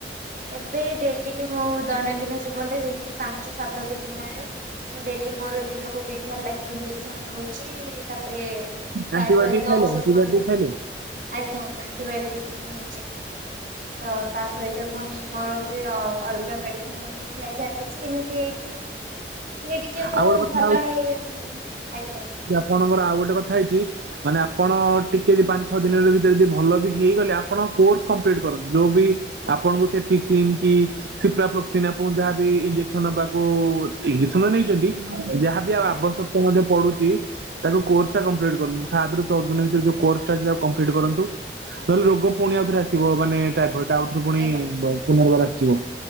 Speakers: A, on the right (about 45°); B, on the right (about 70°).
A: ଏବେ ଡେଲି ମୋ ଦୈନନ୍ଦିନ ଜୀବନରେ ଯେମିତି ପାଞ୍ଚ ସାତ ଦିନ ହେଲାଣି ମୁଁ ଡେଲି ମୋର ଦିନକୁ ଦିଇଥର ଲେଖାଏଁ ଇଞ୍ଜେକ୍ସନ ନଉଚି। ତାପରେ ତା
B: ଆଣ୍ଟିବାୟୋଟିକ
A: ସହିତ
B: ଖାଇଲେ
A: ଔଷଧ
B: ଆଣ୍ଟିବାୟୋଟିକ
A: ମଧ୍ୟ
B: ଖାଇଲେ
A: ଆଜ୍ଞା ଆଣ୍ଟିବାୟୋଟିକ ହିଁ ନଉଛି ତ ତା ସହିତ ପୁଣି ମୋର ବି ଅଲଗା ମେଡିସିନ ମଧ୍ୟ ଠିଆ ଚାଲିଛି ଏମିତି ହେଇକି ଟିକେ ଟିକେ ମୁଁ
B: ଆଉ ଗୋଟେ କଥା
A: ଭଲ ହେଇ ଆସିଲିଣୀ ଆଜ୍ଞା
B: କଣଙ୍କର ଆଉ ଗୋଟେ କଥା ହେଇଛି ମାନେ ଆପଣ ଟିକେ ଯ ପାଞ୍ଚ ଛଅ ଦିନରେ ଭିତରେ ଯଦି ଭଲ ବି ହେଇଗଲେ ଆପଣ କୋର୍ସ କମ୍ପ୍ଲିଟ କରନ୍ତୁ ଯୋଉ ବି ଆପଣଙ୍କୁ <unintelligible> ଆଣଙ୍କୁ ଯାହାବି ଇଜେକ୍ସନ ନବାକୁ ସୁନ୍ଦ୍ ନେଇଛନ୍ତି ଯାହାବି ଆଉ
A: ଆଜ୍ଞା
B: ଆବଶ୍ୟକତା ମଧ୍ୟ ପଡୁଛି ତାକୁ କୋର୍ସ ଟା କଂପ୍ଲିଟ୍ କରନ୍ତୁ ସାତରୁ ଚଉଦିନ ଭିତରେ ଯୋଉ କୋର୍ସ୍ ଟା ଅଛି ତାକୁ କମ୍ପ୍ଲିଟ କରନ୍ତୁ ନହେଲେ ରୋଗ ପୁଣି ଆଉଥରେ ଆସିବ ମାନେ ଏଟା ପ ଆଉଥରେ ପୁଣି
A: ଆଜ୍ଞା।
B: ପୁନର୍ବାର ଆସିିବ